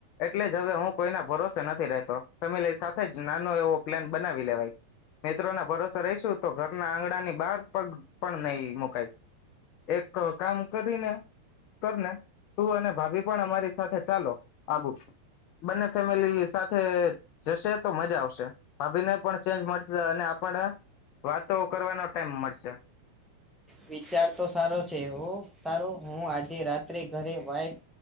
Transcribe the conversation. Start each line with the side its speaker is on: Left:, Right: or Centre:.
Left: એટલે જ હવે હું કોઈના ભરોસે નથી રહેતો ફેમિલી સાથે જ નાનો એવો પ્લાન બનાવી લેવાય મિત્રોના ભરોસે રહીશું તો ઘરના આંગણાની બહાર પગ પણ નહી મુકઈ. એક કામ કરીને કરને તું અને ભાભી પણ અમારી સાથે ચાલો આબુ બંને ફેમિલી સાથે જશે તો મજા આવશે ભાભી ને પણ ચેન્જ મળશે અને આપને વાતો કરવાનો ટાઈમ મળશે.
Centre: વિચાર તો સારો છે, હો તારો હું આજે રાત્રે ઘરે વાઈક